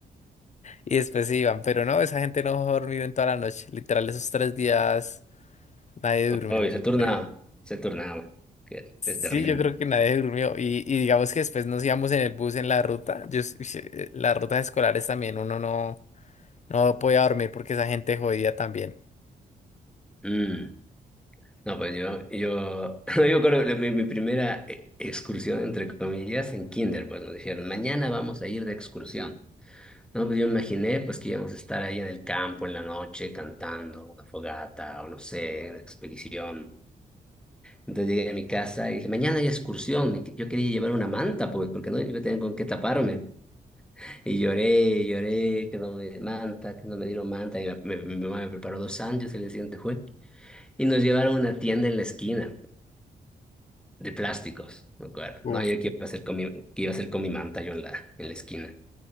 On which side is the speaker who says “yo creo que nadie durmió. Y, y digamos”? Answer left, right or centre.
Left